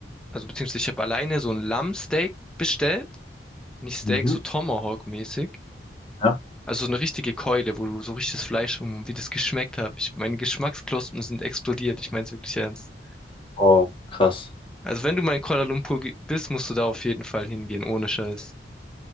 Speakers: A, in the centre; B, on the left.
A: also beziehungsweise ich habe alleine so ein Lammsteak bestellt. Nicht Steak,
B: Mhm.
A: so Tomahawk-mäßig.
B: Ja.
A: Also so eine richtige Keule, wo du so richtiges Fleisch und wie das geschmeckt hat. Ich, meine Geschmacksknospen sind explodiert. Ich meine es wirklich ernst.
B: Oh, krass.
A: Also wenn du mal in Kuala Lumpur ge- bist, musst du da auf jeden Fall hingehen, ohne Scheiß.